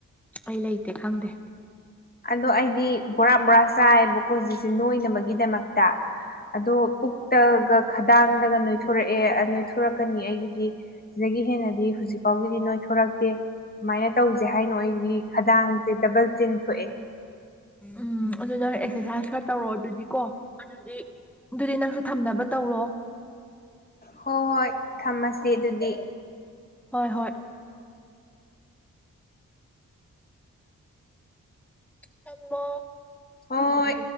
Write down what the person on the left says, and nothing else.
ꯑꯗꯣ ꯑꯩꯗꯤ ꯕꯣꯔꯥ ꯕꯣꯔꯥ ꯆꯥꯏꯕꯀꯣ ꯍꯧꯖꯤꯛꯁꯦ ꯅꯣꯏꯅꯕꯒꯤꯗꯃꯛꯇ ꯑꯗꯣ ꯄꯨꯛꯇꯒ ꯈꯗꯥꯡꯗꯒ ꯅꯣꯏꯊꯣꯔꯛꯑꯦ ꯅꯣꯏꯊꯣꯔꯛꯀꯅꯤ ꯑꯩꯒꯤꯗꯤ ꯁꯤꯗꯒꯤ ꯍꯦꯟꯅꯗꯤ ꯍꯧꯖꯤꯛ ꯐꯥꯎꯒꯤꯗꯤ ꯅꯣꯏꯊꯣꯔꯛꯇꯦ ꯁꯨꯃꯥꯏꯅ ꯇꯧꯁꯦ ꯍꯥꯏꯅꯣ ꯑꯩꯗꯤ ꯈꯗꯥꯡꯁꯦ ꯗꯕꯜ ꯆꯤꯟ ꯊꯣꯛꯑꯦ
ꯍꯣꯏ ꯍꯣꯏ ꯊꯝꯃꯁꯤ ꯑꯗꯨꯗꯤ
ꯍꯣꯏ